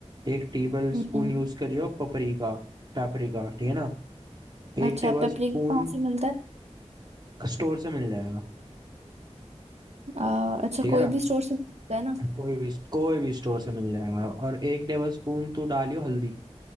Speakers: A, on the right; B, on the right.
A: एक टेबल
B: हम्म
A: स्पून यूज करियो पपरिका पेपरिका ठीक है ना एक
B: अच्छा
A: टेबल
B: पेपरिका
A: स्पून
B: कहाँ से मिलता है
A: स्टोर से मिल जाएगा
B: अ, अच्छा
A: ठीक है
B: कोई
A: ना
B: भी स्टोर से मिलता है ना
A: कोई भी कोई भी स्टोर से मिल जाएगा और एक टेबल स्पून तू डालियो हल्दी